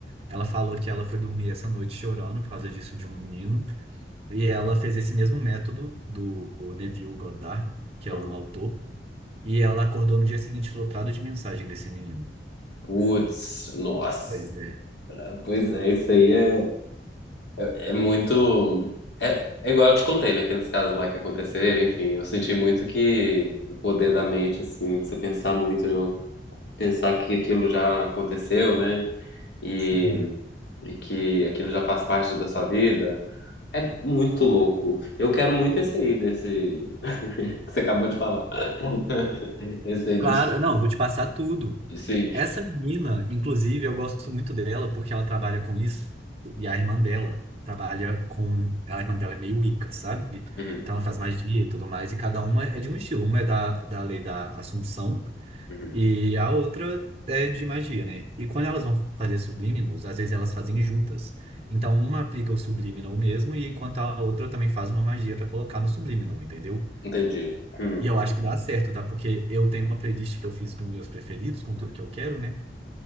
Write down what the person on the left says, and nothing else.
uhum.
Putz, nossa.
Pois é, isso aí é, é muito. É, é igual eu te contei naqueles casos lá que aconteceram, enfim. Eu senti muito que o poder da mente, assim, de você pensar muito, né? pensar que aquilo já aconteceu, né? e
e que aquilo já faz parte da sua vida, é muito louco. Eu quero muito esse aí, desse <laughs> que você acabou de falar. <laughs> Esse aí dos.
Sim.
Uhum,
uhum.
Entendi. Hum.